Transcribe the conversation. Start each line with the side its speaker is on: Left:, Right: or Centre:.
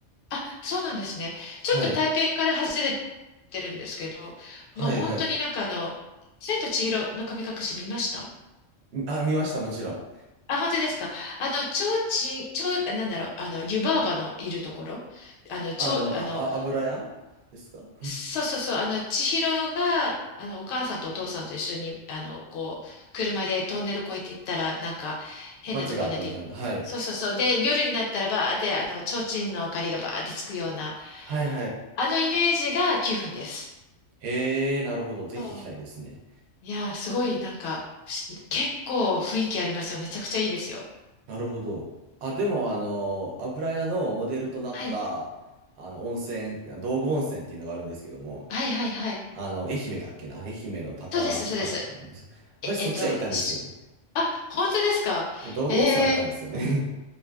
Left: あ、そうなんですね。
Right: はい。
Left: ちょっと台北から外れてるんですけど、
Right: はい、
Left: もう本当になんかあの、
Right: はい。
Left: 千と千尋の神隠し見ました
Right: みあ、見ました、もちろん。
Left: あ、本当ですかあの、ちょうちん、ちょう、なんだろう、あの、湯婆婆のいるところ、あの、ちょう、
Right: あの、
Left: あの、
Right: あ、あ、油屋ですか
Left: そうそうそう、あの、千尋が、あの、お母さんとお父さんと一緒に、あの、こう、車でトンネル越えていったら、なんか、変なとこにあって、
Right: 街があったみたいな。はい。
Left: そうそうそう。で、夜になったらばーって、あの、提灯の明かりがばーってつくような、
Right: はい、はい。
Left: あのイメージが9分です。
Right: へえ、なるほど。ぜひ行きたいですね。
Left: そういやー、すごい、なんか、し結構雰囲気ありますよ。めちゃくちゃいいですよ。
Right: なるほど。あ、でも、あの、油屋のモデルとなった、
Left: はい。
Right: あの、温泉、道後温泉っていうのがあるんですけども、
Left: はいはいはい。
Right: あの、愛媛だっけな愛媛の高、
Left: そうです、
Right: 高、
Left: そうです。
Right: なんです私そっちは行ったんですよね。
Left: え、えっと、しあ、本当ですかえー
Right: え道後温泉は行ったんですよね。